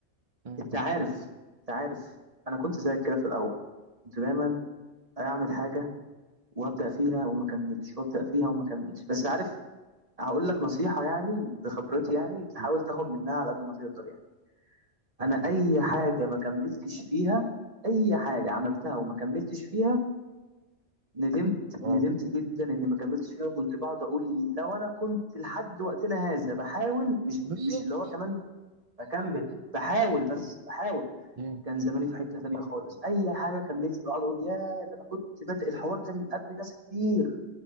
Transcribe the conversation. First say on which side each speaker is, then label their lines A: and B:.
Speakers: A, on the right; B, on the right.
A: مم.
B: انت عارف انت عارف انا كنت زيك كده في الاول كنت دايما اعمل حاجة وابدأ فيها وما اكملش وابدأ فيها وما اكملش بس عارف هقول لك نصيحة يعني بخبرتي يعني تحاول
A: مم.
B: تاخد منها على قد ما تقدر يعني
A: تمام
B: انا اي حاجه ما كملتش فيها اي حاجه عملتها وما كملتش فيها ندمت
A: اه
B: ندمت جدا اني ما كملتش فيها وكنت بقعد اقول لو انا كنت لحد وقتنا هذا بحاول مش
A: بالظبط
B: مش اللي هو كمان بكمل بحاول بس بحاول
A: مم.
B: كان زماني في حته ثانيه خالص اي حاجه كملت بقعد اقول يا ده انا كنت بادئ الحوار ده من قبل ناس كتير